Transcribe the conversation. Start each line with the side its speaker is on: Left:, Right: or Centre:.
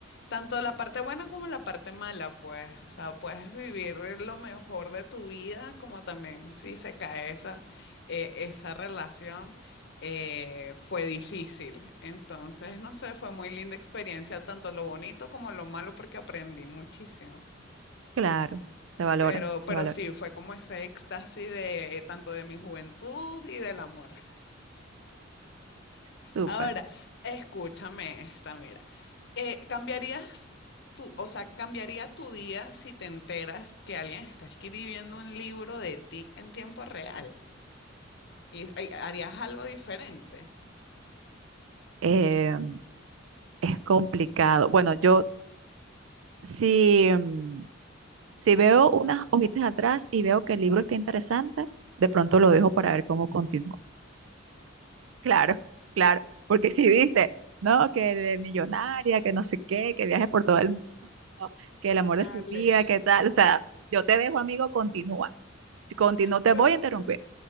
Left: tanto la parte buena como la parte mala, pues, o sea, puedes vivir lo mejor de tu vida, como también si se cae esa, eh, esa relación, eh, fue difícil, entonces, no sé, fue muy linda experiencia, tanto lo bonito como lo malo, porque aprendí muchísimo.
Right: Claro, se valora,
Left: Pero, pero
Right: se valora.
Left: sí, fue como ese éxtasis de tanto de mi juventud y del amor.
Right: Súper.
Left: Ahora, escúchame esta, mira. Eh, ¿cambiarías tu, o sea, cambiaría tu día si te enteras que alguien está escribiendo un libro de ti en tiempo real? ¿Y y harías algo diferente?
Right: Eh, Es complicado. Bueno, yo si, mm, si veo unas hojitas atrás y veo que el libro está interesante, de pronto lo dejo para ver cómo continúa. Claro, claro. Porque si dice, no, que es millonaria, que no sé qué, que viaje por todo el mundo, que el
Left: Dale,
Right: amor de su vida, que tal. O sea, yo te dejo, amigo, continúa. Si continúo, te
Left: total.
Right: voy a interrumpir.